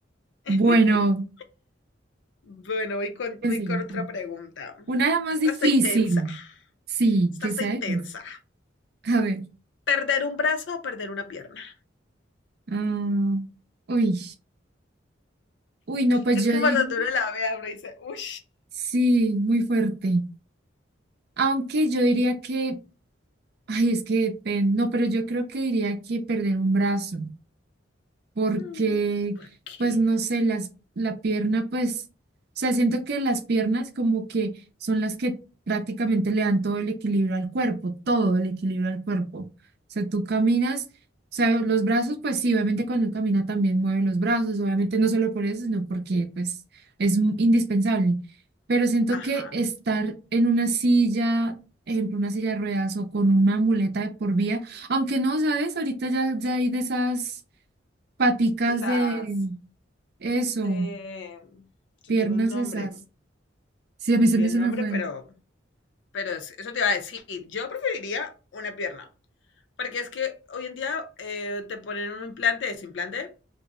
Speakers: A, on the left; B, on the right.
A: <laughs>
B: Bueno,
A: Bueno, voy con,
B: ¿qué
A: voy
B: sigue?
A: con otra
B: Sí.
A: pregunta.
B: Una más
A: Esta
B: difícil.
A: está intensa,
B: Sí,
A: esta
B: que
A: está
B: sea
A: intensa.
B: difícil. A ver.
A: ¿Perder un brazo o perder una pierna?
B: Ah, uy, uy, no, pues
A: Es
B: yo
A: que
B: diría,
A: cuando uno la vea, uno dice, uff.
B: sí, muy fuerte. Aunque yo diría que, ay, es que depende, no, pero yo creo que diría que perder un brazo. porque,
A: Mm, Porque,
B: pues no sé, las, la pierna, pues, o sea, siento que las piernas como que son las que prácticamente le dan todo el equilibrio al cuerpo, todo el equilibrio al cuerpo. O sea, tú caminas, o sea, los brazos, pues sí, obviamente cuando uno camina también mueve los brazos, obviamente no solo por eso, sino porque, pues, es m- indispensable. Pero siento
A: ajá,
B: que estar en una silla, ejemplo, una silla de ruedas o con una muleta de por vía, aunque no, ¿sabes? Ahorita ya, ya hay de esas Paticas
A: las...
B: de eso,
A: Eh, esto
B: piernas
A: tiene un nombre,
B: esas. Sí,
A: me
B: a mí
A: olvidé
B: se me,
A: el
B: se
A: nombre,
B: me fue.
A: pero... Pero es- eso te iba a decir, yo preferiría una pierna. Porque es que hoy en día eh, te ponen un implante, ¿es implante?